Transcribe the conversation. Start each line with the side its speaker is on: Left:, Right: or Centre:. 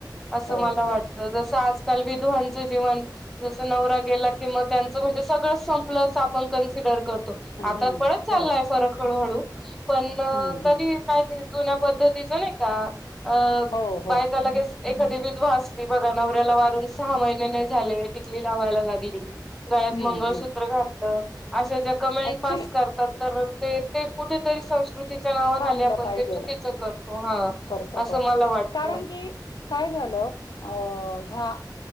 Centre: असं
Left: हो
Centre: मला
Left: हो.
Centre: वाटत जस आज काल विधुवांचं जीवन जसं नवरा गेला किं त्यांचं म्हणजे सगळं संप लच आपण कसिडर करतो, आता
Left: हम्म
Centre: पडत चालाय
Left: हो.
Centre: फरक हळू हळू पण अ
Left: हम्म
Centre: तरी काही जुन्या पद्धतीच नाही का
Left: हो
Centre: बायका
Left: हो
Centre: लगेच एक कधी विधवा असली बघा नवऱ्याला वारून सहा महिने नाही झाले टिकली लावायला लागली. गळ्यात
Left: हम्म
Centre: मंगळसूत्र
Left: हम्म
Centre: घातलं अशा ज्या कमेंट
Left: ऍक्च्युली
Centre: पास करतात तर ते ते कुठेतरी संस्कृतीच्या नावा
Left: थांबलं
Centre: खाली आपण
Left: पाहिजेल
Centre: ते चुकीचं करतो. हा.
Left: करतो
Centre: असं
Left: करतो
Centre: मला वाटतं
Left: कारण की काय झालं अ ह्या